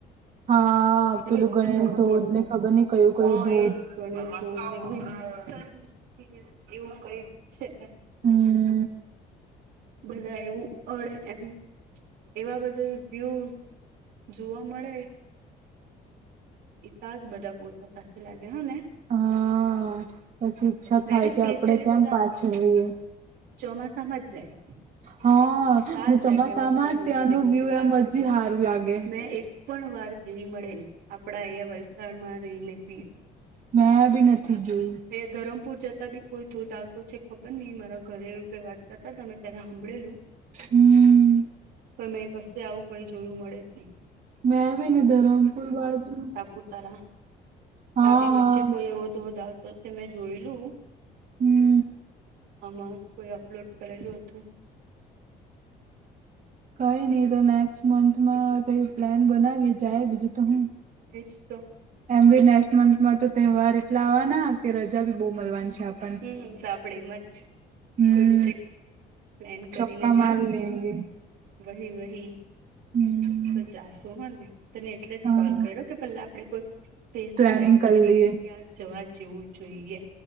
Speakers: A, on the right; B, on the right.
A: હા પેલું
B: વિલ્સન
A: ગણેશ ધોધ
B: હીલ
A: ને ખબર નઈ કયું કયું
B: હ
A: ધોધ
B: એજ. તેની ધોધની <inaudible> એવું કંઈક છે.
A: હમ
B: બધાય એવું અડે એમ. એવા બધા વ્યુસ જોવા મળે. એતા જ બધા બોજાતા છે લાગે હા ને.
A: હા પછી ઈચ્છા
B: લાગે
A: થાય કે
B: સ્પેશિયલી
A: આપડે કેમ
B: બધા
A: પાછળ રહીએ.
B: ચોમાસામાં જ જાય
A: હા
B: તાજ
A: ને
B: લાગે
A: ચોમાસામાં
B: મસ્ત જોવા
A: જ ત્યાંનું
B: જેવું
A: વ્યુ
B: છે લાગે
A: એમ હજી હારું લાગે.
B: મેં એક પણ વાર જઈ મળે ની. આપડા અહીંયા વલસાડમાં રહીને બી
A: મે બી નથી ગઈ.
B: અહીંયા ધરમપુર જતા બી કોઈ ધોધ આવતો છે ખબર નઈ મારા ઘરે એવું કઈ વાત કરતા તા મેં ત્યારે હાભળેલું.
A: હમ
B: પણ મેં કશે આવું કઈ જોયું મળે જ નહી.
A: મેં બી મે ધરમપુર બાજુ.
B: પૂતારા
A: હા
B: તાબી વચ્ચે
A: હા
B: કોઈ એવો ધોધ આવતો છે મેં જોયલું.
A: હમ.
B: આમાં કોઈ અપલોડ કરેલું હતું.
A: કઈ નહી તો, નેક્સ્ટ મંથમાં કઈ પ્લાન બનાવી જાય, બીજું તો હું.
B: એ જ તો.
A: એમ ભી નેક્સ્ટ મંથ માં તો, તહેવાર એટલા આવાના કે, રજા બી બહુ મળવાની છે, આપડે.
B: હમ, તો આપડે એમાં જ
A: હમ
B: કોઈ ટ્રીપ. પ્લાન
A: ચોક્કા
B: કરીને જાશુ.
A: માર લેંગે
B: વહી, વહી
A: હમ
B: તો જાશુ હ ને. તને એટલે જ
A: હા
B: સોલ કર્યો કે, પહેલા આપડે કોઈ સ્પેસ
A: પ્લાનિંગ
B: સિલેક્ટ
A: કર
B: કરીએ
A: લએ
B: કે, ક્યા જવા જેવું જોઈએ.